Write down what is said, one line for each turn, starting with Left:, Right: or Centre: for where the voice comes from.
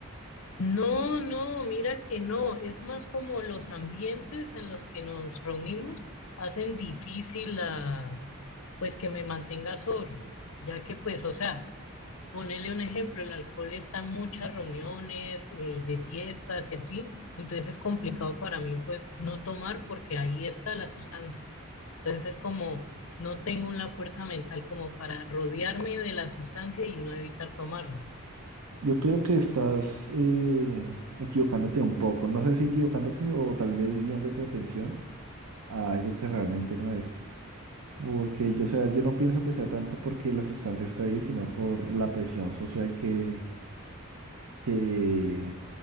Left: No, no, mira que no, es más como los ambientes en los que nos reunimos hacen difícil la, pues que me mantenga sobrio, ya que pues, o sea, ponerle un ejemplo, el alcohol está en muchas reuniones, eh, de fiestas y así, entonces es complicado para mí pues no tomar porque ahí está la sustancia. Entonces es como no tengo la fuerza mental como para rodearme de la sustancia y no evitar tomarla.
Right: Yo creo que estás eh, equivocándote un poco. No sé si equivocándote o tal vez guiando tu atención a algo que realmente no es. Porque yo, o sea, yo no pienso que sea tanto porque la sustancia está ahí, sino por la presión social que que,